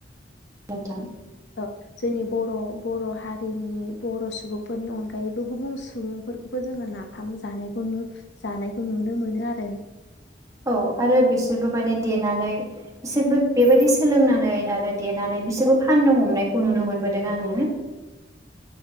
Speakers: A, on the right; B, on the left.
A: नोंथां।
B: ओ जोंनि बर' बर' हारिनि बर' सुबुं सुबुंफोरनि अनगायैबो गुबुन सुबुंफोरखौबो जोङो नाफाम जानायखौ जानायखौ नुनो मोनो आरो
A: औ आरो बिसोरबो माने देनानै बिसोरबो बेबायदि सोलोंनानै आरो देनानै बिसोरबो फाननो हमनायखौ नुनो मोनबोदों आङो।